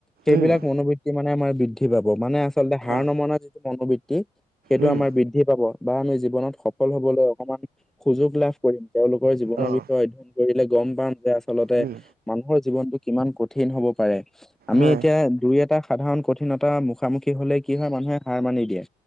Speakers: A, in the centre; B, on the right.
A: সেইবিলাক
B: উম
A: মনোবৃত্তি মানে আমাৰ বৃদ্ধি পাব মানে আচলতে হাৰ
B: হয়
A: নমনা যিটো মনোবৃত্তি। সেইটো
B: উম
A: আমাৰ বৃদ্ধি পাব বা আমি জীৱনত সফল হবলৈ অকণমান - সুযোগ লাভ কৰিম তেওঁলোকৰ জীৱনৰ
B: অঁ
A: বিষয়ে অধ্যয়ন কৰিলে গম পাম যে আচলতে-
B: উম
A: মানুহৰ জীৱনটো কিমান কঠিন হব পাৰে আমি
B: হয়
A: এতিয়া দুই এটা- সাধাৰণ কঠিনতাৰ মুখামুখি হলে কি হয় মানুহে হাৰ মানি দিয়ে